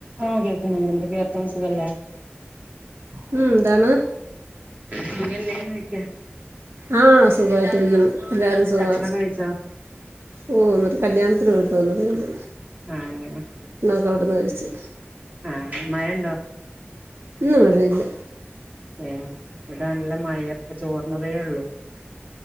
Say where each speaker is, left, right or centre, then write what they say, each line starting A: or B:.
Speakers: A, on the right; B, on the right.
A: ആ കേൾക്കുന്നുണ്ട് വിയർത്തിൻസിലല്ലേ
B: ഉം എന്താണ്
A: സുഖല്ലേന്ന് ചോയിക്കാ
B: ആഹ് സുഖായിട്ടിരിക്കുന്നു എല്ലാരും സുഖാ
A: ഭക്ഷണൊക്കെ കഴിച്ചോ
B: പോന്നത് കല്യാണത്തിന് പോയിട്ട് വന്നതേ ഉള്ളു
A: ആ അതെ ലേ
B: അവിടുന്ന് കഴിച്ച്
A: ആ മഴണ്ടോ
B: ഇന്ന് മഴ ഇല്ല
A: ആ ഇവിട നല്ല മഴയാ ഇപ്പൊ ചോർന്നതേ ഉള്ളു